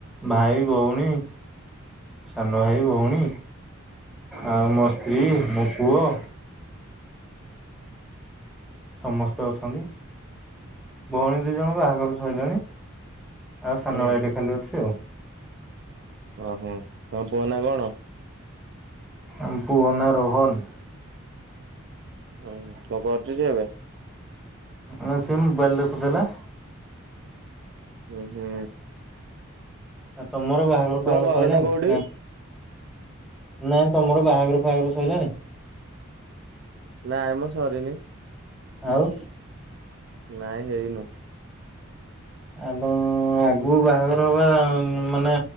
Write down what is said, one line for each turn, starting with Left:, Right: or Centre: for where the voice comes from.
Centre: ଭାଇ, ଭଉଣୀ ସାନଭାଇ, ଭଉଣୀ, ଆଉ ମୋ ସ୍ତ୍ରୀ, ମୋ ପୁଅ ସମସ୍ତେ ଅଛନ୍ତି, ଭଉଣୀ ଦି ଜଣଙ୍କ ବାହାଘର ସଇଲାଣି ଆଉ ସାନ
Right: ହୁଁ
Centre: ଭାଇଟେ ଖାଲି ଅଛି ଆଉ।
Right: ଓହୋ ତମ ପୁଅ ନା କଣ?
Centre: ଆମ ପୁଅ ନା ରୋହନ୍।
Right: ଓ କଣ କରଛି ସିଏ ଏବେ?
Centre: ହଁ ସେ ମୋବାଇଲ୍ ଦେଖୁଥିଲା।
Right: ଉ, ହୁଁ।
Centre: ଆଉ ତମର ବାହାଘର ଫାହାଘର
Right: ତମ ଘର
Centre: ସଇଲାଣି
Right: ଟା କୋଉଠି?
Centre: ନା ନାଇଁ ତମର ବାହାଘର ଫହାଘର ସଇଲାଣି?
Right: ନାଇଁ ମ ସରିନି।
Centre: ଆଉ।
Right: ନାଇଁ ହେଇନୁ।
Centre: ଆ ଆଗୁ ବାହାଘର ହବା ମାନେ